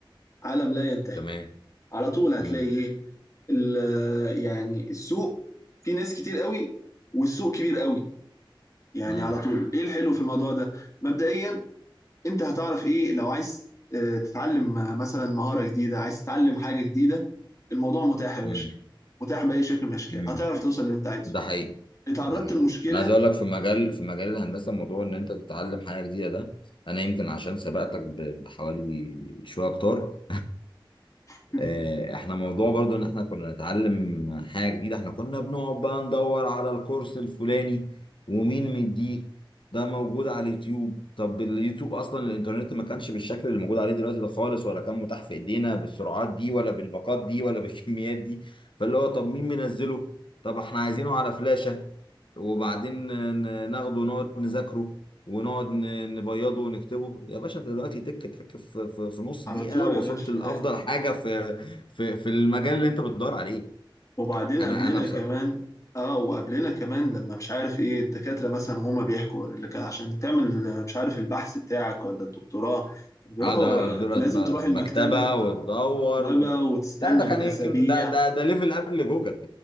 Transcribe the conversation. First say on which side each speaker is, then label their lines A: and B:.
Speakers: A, on the left (about 35°); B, on the left (about 70°).
A: عالم لا ينتهي
B: تمام
A: على طول هتلاقي
B: مم.
A: ايه ال- يعني السوق في ناس كتير قوي والسوق كبير قوي يعني
B: مم.
A: على طول ايه الحلو في الموضوع ده مبدئيا انت هتعرف ايه لو عايز آه، تتعلم آه، مثلا مهارة جديدة عايز تتعلم حاجة جديدة الموضوع متاح يا باشا
B: مم.
A: متاح بأي شكل من الأشكال
B: مم.
A: هتعرف توصل اللي انت عايزه
B: ده حقيقي
A: اتعرضت
B: ده حقيقي
A: لمشكلة
B: انا عايز اقول لك في مجال في مجال الهندسه موضوع ان انت تتعلم حاجه جديده ده انا يمكن عشان سبقتك ب- بحوالي شويه اكتر
A: <laughs>
B: آه، احنا موضوع برضو ان احنا كنا نتعلم حاجة جديدة احنا كنا بنقعد بقى ندور على الكورس الفلاني ومين مديه ده موجود على اليوتيوب طب اليوتيوب اصلا الانترنت ما كانش بالشكل اللي موجود عليه دلوقتي ده خالص ولا كان متاح في ايدينا بالسرعات دي ولا بالباقات دي ولا بالكميات دي فاللي هو طب مين منزله طب احنا عايزينه على فلاشة وبعدين ن- ناخده ونقعد نذاكره ونقعد ن- نبيضه ونكتبه يا باشا دلوقتي تك تك في في في نص
A: على
B: دقيقة
A: طول
B: وصلت
A: يا باشا
B: لأفضل حاجة في في في المجال اللي انت بتدور عليه
A: وبعدين
B: يعني انا
A: قبلنا
B: انا بصراحه
A: كمان اه وقبلنا كمان لما مش عارف ايه الدكاترة مثلا وهما بيحكوا اللي كان عشان تعمل آه، مش عارف البحث بتاعك ولا الدكتوراه بيروحوا
B: اقعد
A: آه،
B: دولت
A: لازم
B: بقى
A: تروح
B: المكتبه
A: المكتبة
B: وتدور
A: مكتبة
B: و...
A: وتستنى
B: لا ده كان
A: بالأسابيع
B: يمكن ده ده ده ليفل قبل جوجل